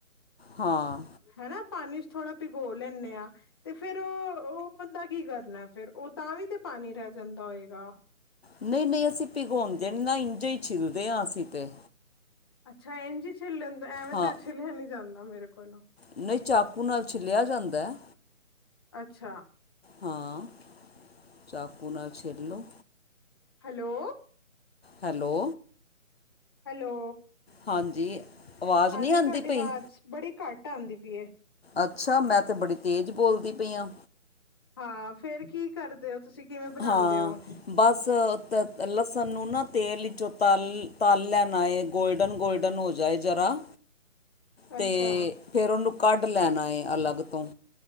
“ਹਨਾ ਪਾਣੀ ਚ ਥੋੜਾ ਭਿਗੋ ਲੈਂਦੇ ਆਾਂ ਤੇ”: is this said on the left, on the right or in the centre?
Left